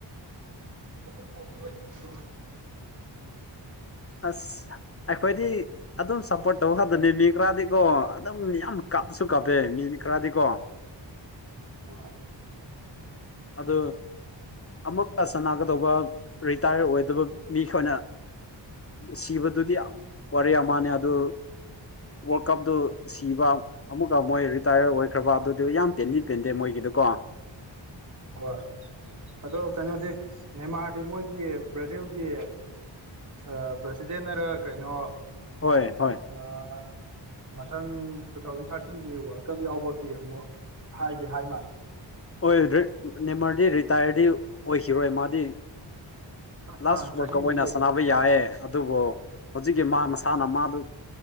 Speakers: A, on the right; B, on the left.
A: ꯑ ꯁꯄꯣ <inaudible>
B: ꯑꯁ ꯑꯩꯈꯣꯏꯗꯤ ꯑꯗꯨꯝ ꯁꯞꯄꯣꯔꯠ ꯇꯧꯕ ꯈꯛꯇꯅꯦ ꯃꯤ ꯈꯔꯗꯤꯀꯣ ꯑꯗꯨꯝ ꯌꯥꯝ ꯀꯥꯞꯁꯨ ꯀꯥꯞꯄꯦ ꯃꯤ ꯈꯔꯗꯤꯀꯣ
A: ꯍꯣꯏ
B: ꯑꯗꯨ ꯑꯃꯨꯒ ꯁꯥꯟꯅꯒꯗꯧꯕ ꯔꯤꯇꯥꯌꯔ ꯑꯣꯏꯗꯕ ꯃꯤꯈꯣꯏꯅ ꯁꯤꯕꯗꯨꯗꯤ ꯋꯥꯔꯤ ꯑꯃꯅꯤꯅꯦ ꯑꯗꯨ ꯋꯥꯔꯜ ꯀꯞꯇ ꯁꯤꯕ ꯑꯃꯨꯛꯀ ꯃꯣꯏ ꯔꯤꯇꯥꯌꯔ ꯑꯣꯏꯈ꯭ꯔꯕ ꯑꯗꯨꯗꯤ ꯌꯥꯝ ꯇꯦꯟꯗꯤ ꯇꯦꯟꯗꯦ ꯃꯣꯏꯒꯤꯗꯨꯀꯣ
A: ꯍꯣꯏ ꯍꯣꯏ ꯑꯗꯣ ꯀꯩꯅꯣꯗꯤ ꯅꯦꯃꯥꯔꯗꯤ ꯃꯣꯏꯒꯤ ꯕ꯭ꯔꯥꯖꯤꯜꯒꯤ ꯑ ꯄ꯭ꯔꯁꯤꯗꯦꯅꯔ ꯀꯩꯅꯣ
B: ꯍꯣꯏ ꯍꯣꯏ
A: ꯑꯣ ꯃꯊꯪ ꯇꯨ ꯊꯥꯎꯖꯟ ꯊꯥꯔꯇꯤꯒꯤ ꯋꯥꯔꯜ ꯀꯞ ꯌꯥꯎꯕꯒꯤ ꯑꯃꯨꯛ ꯍꯥꯏꯗꯤ ꯍꯥꯏ ꯃꯥꯜꯂꯦ
B: ꯍꯣꯢ ꯅꯦꯃꯔꯗꯤ ꯔꯤꯇꯥꯌꯔꯗꯤ ꯑꯣꯏꯈꯤꯔꯣꯏ ꯃꯥꯗꯤ
A: ꯑꯥ
B: ꯂꯥꯁ
A: ꯑꯥ
B: ꯋꯥꯔꯜ
A: ꯆꯍꯤ
B: ꯀꯞ
A: ꯑꯃꯗꯤ
B: ꯑꯣꯏꯅ
A: ꯂꯩ
B: ꯁꯥꯟꯅꯕ ꯌꯥꯌꯦ ꯑꯗꯨꯕꯨ ꯍꯧꯖꯤꯛꯀꯤ ꯃꯥ ꯃꯁꯥꯅ ꯃꯥꯗꯨ